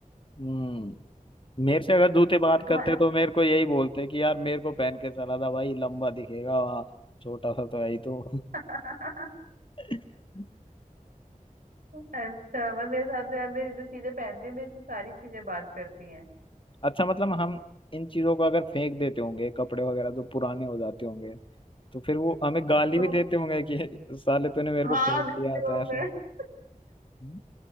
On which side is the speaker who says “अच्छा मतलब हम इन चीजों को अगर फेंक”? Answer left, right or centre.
Left